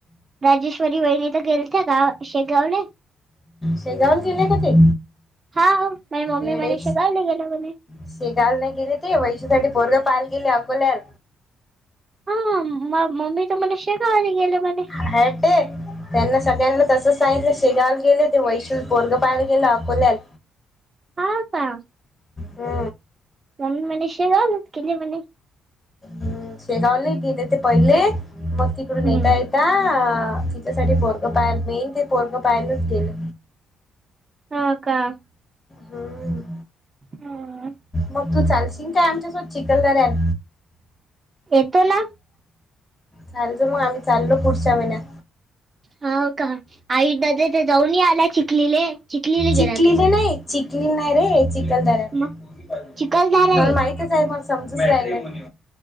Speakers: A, on the right (about 30°); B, on the left (about 25°).
A: राजेश्वरी वहिणी तर गेलत्या ते गाव शेगावले.
B: शेगाव गेले का ते
A: हा माझी मम्मी
B: येडे
A: मला शिकवली गेलो म्हणे
B: शेगावला नाही गेले ते वैशूसाठी पोरग पहायला गेलेत अकोल्यात.
A: हा मम्मी त मला शेगावाने गेले मणे.
B: हाडं. त्यांना सगळ्यांना तसंच सांगितलं शेगावल गेले ते वैशूल पोरग पाहायला गेले अकोल्यात.
A: हाव का
B: हम्म
A: नई <unintelligible>
B: हम्म शेगावले गेले ते पहिले मग तिकडून
A: हम्म
B: येता ये. का तिच्यासाठी पोरकं पायर मेन ते परगं पायलच गेलं.
A: हा का
B: हम्म.
A: हम्म.
B: मग तू चालशील काय आमच्यासोबत चिखल दरयात.
A: येतो ना
B: चालतं मग आम्ही चाललो पुढच्या महिन्यात.
A: हो का आई म्हणते तर जाऊन नही आला चिखलीले चिखलीले
B: चिखलीले
A: गेला तो पण
B: नाही चिखली नाही रे चिकखल दर्यात.
A: मग चिखलदरा
B: मला
A: रे
B: माहितच आहे मस आमचंच डाईन आहे,